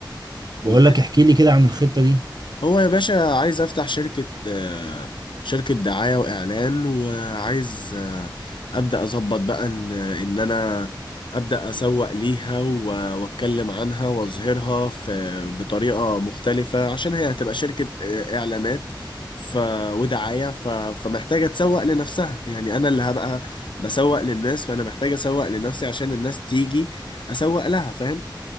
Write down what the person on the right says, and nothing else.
بقول
لك
احكي لي كده عن الخطة دي